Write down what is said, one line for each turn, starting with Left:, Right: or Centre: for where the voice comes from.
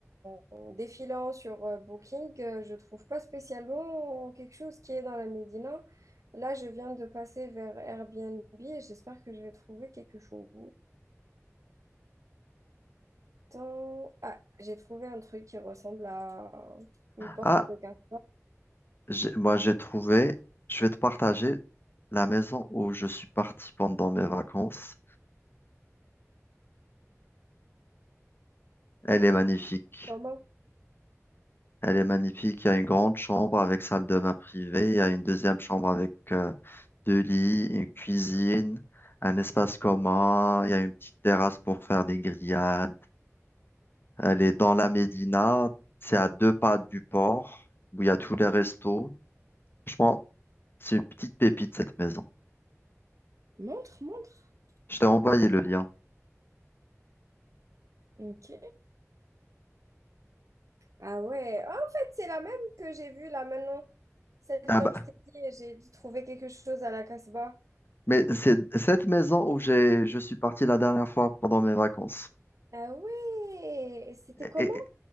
Right: en, en défilant sur euh, Booking, euh, je trouve pas spécialement quelque chose qui est dans la Médina. Là, je viens de passer vers Airbnb et j'espère que je vais trouver quelque chose. Attends. Ah, j'ai trouvé un truc qui ressemble à une porte
Left: Ah,
Right: de casse
Left: j'ai- moi j'ai trouvé, je vais te partager la maison où je suis parti pendant mes vacances. Elle est magnifique.
Right: Comment?
Left: Elle est magnifique. Il y a une grande chambre avec salle de bain privée. Il y a une deuxième chambre avec euh, deux lits, une cuisine, un espace commun, il y a une petite terrasse pour faire des grillades. Elle est dans la Médina, c'est à deux pas du port, où il y a tous les restos. Franchement, c'est une petite pépite cette maison.
Right: Montre, montre.
Left: Je t'ai envoyé le lien.
Right: Ok. Ah ouais, Ah, en fait, c'est la même que j'ai vue là maintenant. Celle
Left: Ah
Right: dont
Left: bah,
Right: je t'ai dit, j'ai trouvé quelque chose à la Casbah.
Left: mais c'est cette maison où j'ai, je suis parti la dernière fois pendant mes vacances.
Right: Ah ouais, Et c'était comment?
Left: Et, et-